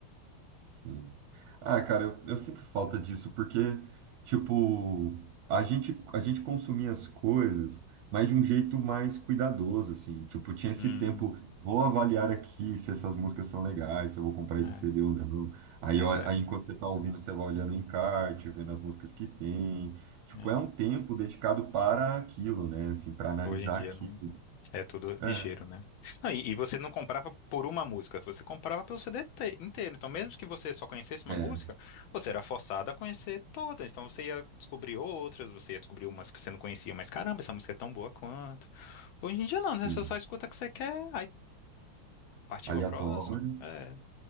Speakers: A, on the right; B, on the left.
A: Sim. Ah, cara, eu, eu sinto falta disso, porque, tipo, a gente, a gente consumia as coisas, mas de um jeito mais cuidadoso, assim. Tipo, tinha esse
B: Hum,
A: tempo, vou avaliar aqui se essas músicas são legais, se eu vou comprar esse
B: é,
A: CD ou não. Aí,
B: verdade.
A: ó, aí enquanto você tá ouvindo, você vai olhando o encarte, vendo as músicas que tem. Tipo,
B: É.
A: é um tempo dedicado para aquilo, né? Assim, para analisar
B: Hoje em dia
A: aquilo.
B: não É tudo
A: É,
B: ligeiro, né? Não, e, e você não comprava por uma música, você comprava pelo CD te- inteiro. Então, mesmo que você só conhecesse uma
A: é,
B: música, você era forçado a conhecer todas. Então, você ia descobrir outras, você ia descobrir umas que você não conhecia, mas caramba, essa música é tão boa quanto. Hoje em dia,
A: sim.
B: não, né? Você só escuta o que você quer, aí partiu
A: Aleatório.
B: a próxima. É,